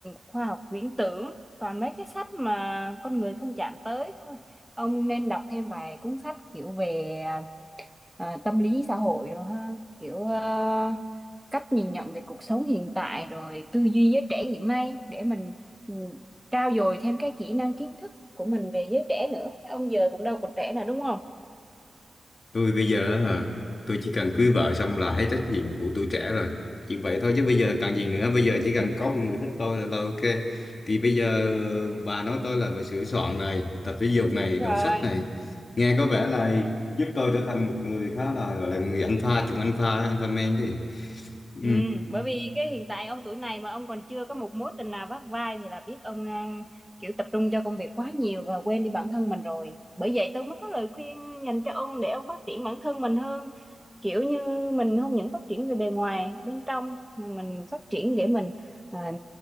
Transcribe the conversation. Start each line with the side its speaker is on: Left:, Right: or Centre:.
Centre: khoa học viễn tưởng toàn mấy cái sách mà con người không chạm tới thôi ông nên đọc thêm vài cuốn sách kiểu về à, tâm lý xã hội rồi ha kiểu à, cách nhìn nhận về cuộc sống hiện tại rồi tư duy giới trẻ hiện nay để mình ừ, trau dồi thêm cái kỹ năng kiến thức của mình về giới trẻ nữa ông giờ cũng đâu còn trẻ nào đúng không
Left: tôi bây giờ á hả tôi chỉ cần
Centre: Ừ.
Left: cưới vợ xong là hết trách nhiệm của tuổi trẻ rồi chuyện vậy thôi chứ bây giờ cần gì nữa bây giờ chỉ cần có một người thích tôi là, là ok thì bây giờ bà nói tôi là phải sửa soạn này tập thể dục này
Centre: Đúng
Left: đọc
Centre: rồi.
Left: sách này nghe có vẻ là giúp tôi trở thành một người khá là gọi là người alpha chủng alpha alpha man thì ừ.
Centre: Ừ, bởi vì cái hiện tại ông tuổi này mà ông còn chưa có một mối tình nào vắt vai thì là biết ông à, kiểu tập trung cho công việc quá nhiều và quên đi bản thân mình rồi. Bởi vậy tôi mới có lời khuyên dành cho ông để ông phát triển bản thân mình hơn. Kiểu như mình không những phát triển về bề ngoài, bên trong mà mình phát triển để mình à,